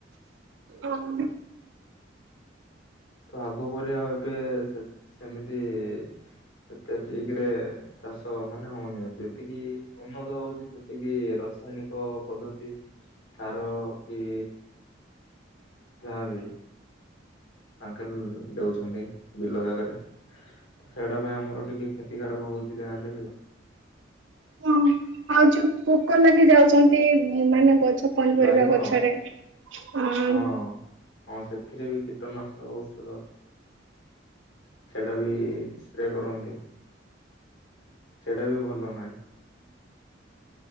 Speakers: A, on the right; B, on the left.
A: ଓହ।
B: ତ ଆଗ ପରି ଆଉ ଏବେ ସେ ସେମିତି ସେତେ ଠିକ୍ ରେ ଚାଷ ମାନେ ହଉନି। ଯେତିକି ଉନ୍ନତ ହୋଉଛି ସେତିକି ରସାୟନିକ ପଦ୍ଧତି ସାର କି ଯାହା ବି। ଆଙ୍କେଲ ଦେଉଛନ୍ତି ବିଲ ଜାଗାରେ। ସେଇଟା ପାଇଁ ଆମର ଟିକେ କ୍ଷତିକାରକ ହୋଉଛି ଯାହାହେଲେ ବି ଆଉ।
A: ହଁ, ଆଉ ଯୋଉ ପୋକ ଲାଗି ଯାଉଚନ୍ତି ଇ ମାନେ ଗଛ ପନିପରିବା
B: ବାଇଗଣ
A: ଗଛରେ ଆ-ଆ
B: ହଁ ହଁ, ସେଥିରେ ବି କୀଟନାଶକ ଔଷଧ ସେଟା ବି ସ୍ପ୍ରେ କରନ୍ତି। ସେଟା ବି ଭଲ ନାହିଁ।